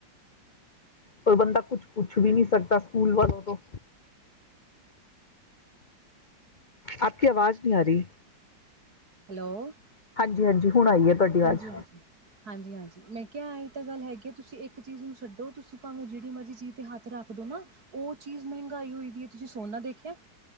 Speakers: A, on the left (about 35°); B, on the right (about 50°).
A: ਪਰ ਬੰਦਾ ਕੁਛ ਪੁੱਛ ਵੀ ਨਹੀਂ ਸਕਦਾ ਸਕੂਲ ਵਾਲੋਂ ਤੋਂ ਆਪ ਕੀ ਆਵਾਜ਼ ਨਹੀਂ ਆ ਰਹੀ
B: ਹੈਲੋ
A: ਜਿ ਹਾਂਜੀ। ਹੁਣ ਆਈ ਏ ਤੁਹਾਡੀ ਵਾਜ
B: ਹਾਂਜੀ ਹਾਂਜੀ ਹਾਂਜੀ ਹਾਂਜੀ ਮੈਂ ਕਿਹਾ ਇਹ ਤਾ ਗੱਲ ਹੈ ਕੇ ਤੁਸੀਂ ਇੱਕ ਚੀਜ਼ ਨੂੰ ਛੱਡੋ ਤੁਸੀਂ ਭਾਵੇਂ ਜਿਹੜੀ ਮਰਜ਼ੀ ਜੀ ਤੇ ਹੱਥ ਰੱਖ ਦੋ ਨਾ ਓਹ ਚੀਜ਼ ਮਹਿੰਗਾਈ ਹੋਈ ਦੀ ਏ ਤੁਸੀਂ ਸੋਨਾ ਦੇਖਿਆ?